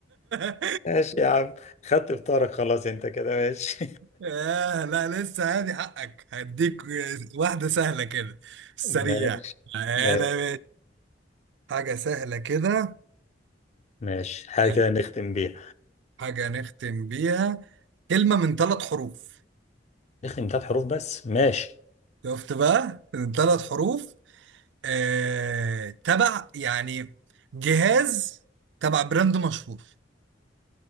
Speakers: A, on the right; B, on the left.
A: <laughs>
B: ماشي يا عم خدت فطارك خلاص أنت كده ماشي
A: آه لا لسه هادي حقك هديك واحدة سهلة كده سريع
B: ماشي
A: انا
B: ماشي
A: حاجة سهلة كده
B: ماشي حاجة
A: حلو
B: كده نختم بيها
A: حاجة نختم بيها كلمة من ثلاث حروف
B: نختم بثلاث حروف بس ماشي
A: شفت بقى من ثلاث حروف آه... تبع يعني جهاز تبع براند مشهور